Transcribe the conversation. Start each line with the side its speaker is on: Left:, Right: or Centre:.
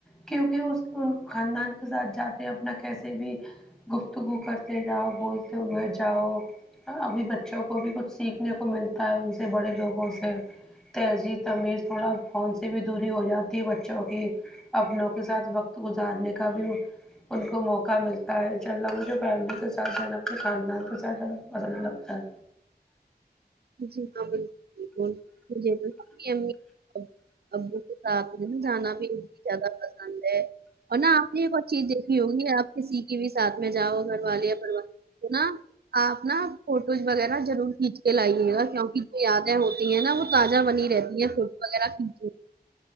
Centre: کیونکی اس ان خاندان کے ساتھ جاتے ہیں اپنا کیسے بھی گفتگو کرتے جاؤ بولتے ہوئے جاؤ ابھی بچوں کو بھی کچھ سیکھنے کو ملتا ہے ان سے بڑے لوگوں سے تہذیب تمیز تھوڑا فون سے بھی دوری ہو جاتی ہے بچوں کی اپنوں کے ساتھ وقت گزارنے کا بھی ان کو موقع ملتا ہے ان شاء اللہ مجھے فیملی کے ساتھ جانا اپنے خاندان کے ساتھ جانا پسند لگتا ہے
Right: جی ہاں بالکل بالکل <unintelligible> ابو کےساتھ جانا بھی زیادہ پسند ہے اور نہ آپ نے ایک اور چیز دیکھی ہوگی آپ کسی کی بھی ساتھ میں جاؤ گھر والے یا پریوار تو نا آپ نا فوٹوز وغیرہ ضرور کھینچ کے لایے کیوںکہ جو یادیں ہوتی ہیں نا وہ تازہ بنی رہتی ہیں فوٹو وغیرہ کھینچ